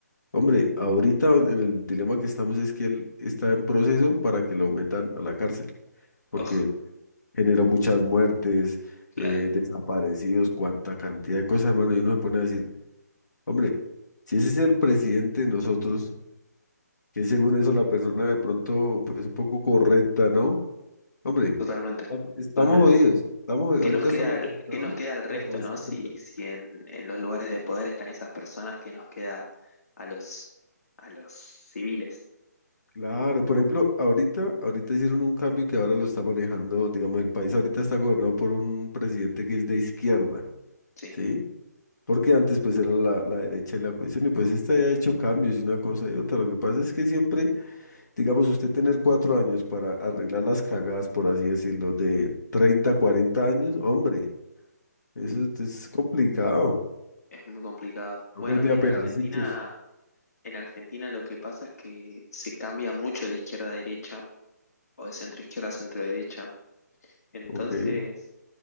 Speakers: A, on the left; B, on the left.
A: Hombre, ahorita en el dilema que estamos es que él está en proceso para que lo metan a la cárcel, porque
B: oh,
A: generó muchas muertes,
B: claro,
A: eh, desaparecidos, cuánta cantidad de cosas, hermano, y uno se pone a decir, hombre, si ese es el presidente de nosotros, que según eso la persona de pronto, pues un poco correcta, ¿no? Hombre,
B: totalmente,
A: estam- estamos
B: totalmente.
A: jodidos, estamos,
B: ¿Qué
A: ahorita
B: nos queda,
A: estamos gobernados
B: qué nos queda al resto,
A: por la
B: ¿no?
A: izquierda.
B: Si, si en, en los lugares de poder están esas personas, ¿qué nos queda a los, a los civiles?
A: Claro, por ejemplo, ahorita, ahorita hicieron un cambio que ahora lo está manejando, digamos, el país ahorita está gobernado por un presidente que es de izquierda,
B: Sí,
A: ¿sí? Porque antes pues era la, la derecha y la cuestión y pues esta ya ha hecho cambios y una cosa y otra. Lo que pasa es que siempre, digamos, usted tener cuatro años para arreglar las cagadas, por así decirlo, de 30, 40 años, hombre, eso es complicado.
B: es muy complicado.
A: Toca
B: Bueno,
A: ir de
B: y en
A: a pedacitos.
B: Argentina, en Argentina lo que pasa es que se cambia mucho de izquierda a derecha o de centro izquierda a centro derecha. Entonces,
A: Ok. <laughs>